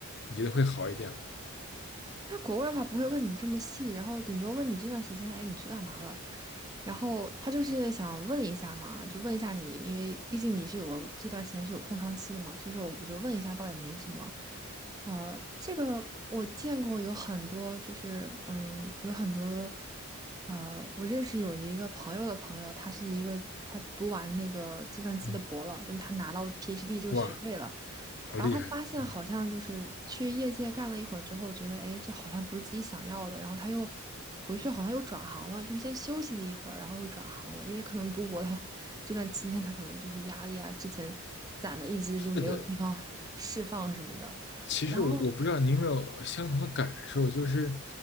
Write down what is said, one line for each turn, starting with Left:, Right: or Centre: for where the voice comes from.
Left: 你觉得会好一点吗？
Right: 在国外的话不会问你这么细，然后顶多问你这段时间，哎，你去干嘛了？然后他就是想问一下嘛，就问一下你，因为毕竟你是有个这段时间是有空窗期的嘛，所以说我就问一下，倒也没什么。呃，这个我见过有很多，就是嗯，有很多，呃，我认识有一个朋友的朋友，他是一个他读完那个计算机的博了，
Left: 嗯，
Right: 就他拿到 PhD 这个学位了。
Left: 哇，好厉害，
Right: 然后他发现好像就是去业界干了一会儿之后，
Left: 嗯，
Right: 觉得哎，这好像不是自己想要的，然后他又回去好像又转行了，就是先休息了一会儿，然后又转行了，因为可能读博他这段期间他可能就是压力啊，之前攒的一直就没有地方释放什么的，
Left: 是的。其实我我不知道你有没有相同的感受，
Right: 然后。
Left: 就是，